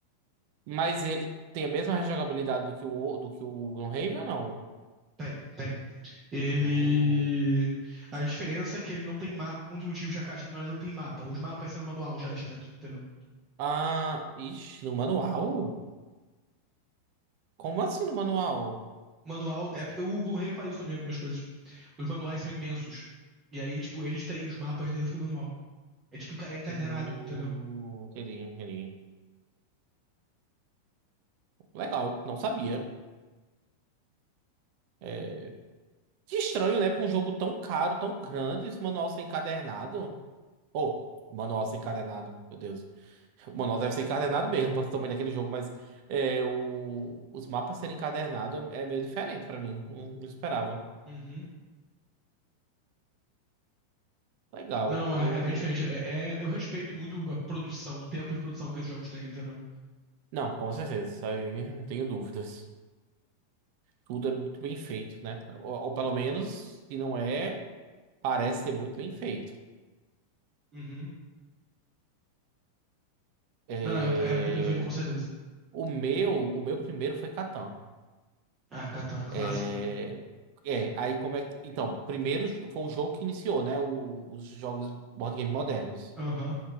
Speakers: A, on the right; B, on the right.
A: Mas ele tem a mesma rejogabilidade do que o, do que o Gloomhaven ou não?
B: Tem, tem. Ele.
A: Hum.
B: A diferença é que ele não tem mapa. Um dos motivos que a caixa menor não tem mapa. Os mapas são no manual já direto, entendeu?
A: Ah, ixi, no manual? Como assim no manual?
B: O manual. É porque o Blu-ray faz isso também, algumas coisas. Os manuais são imensos. E aí, tipo, eles têm os mapas dentro do manual. É tipo enca- é encadernado,
A: Hum,
B: entendeu?
A: aquele, aquele. Legal, não sabia. É, Que estranho, né? Pra um jogo tão caro, tão grande, esse manual ser encadernado. Oh, manual ser encadernado, meu Deus. O manual deve ser encadernado mesmo, para o tamanho daquele jogo, mas é, o... os mapas serem encadernados é é meio diferente pra mim. Não, não esperava.
B: Uhum.
A: Legal.
B: Não,
A: Hum,
B: é, é bem diferente. É, é- eu respeito muito a produção, o tempo de produção que esses jogos têm, entendeu?
A: Não, com certeza, isso aí não tenho dúvidas. Tudo é muito bem feito, né? ou ou pelo menos, se não é, parece ser muito bem feito.
B: Uhum.
A: É,
B: Não, é, é muito bem feito com certeza.
A: o meu, o meu primeiro foi Catan.
B: Ah, Catan é clássico,
A: É,
B: né?
A: é, aí como é que. Então, primeiro foi o jogo que iniciou, né? o- os jogos board game modernos.
B: Aham.